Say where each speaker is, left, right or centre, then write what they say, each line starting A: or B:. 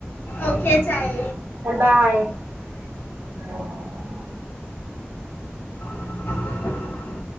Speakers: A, on the left; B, on the right.
A: ઓકે ચાર.
B: સ્ બાય. હા.
A: <inaudible>